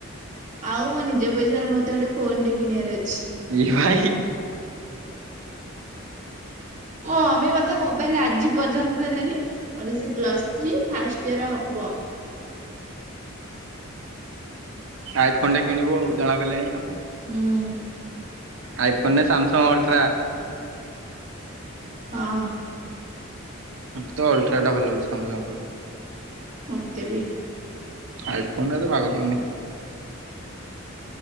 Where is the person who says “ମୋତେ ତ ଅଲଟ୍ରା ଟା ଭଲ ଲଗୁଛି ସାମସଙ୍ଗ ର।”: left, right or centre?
Right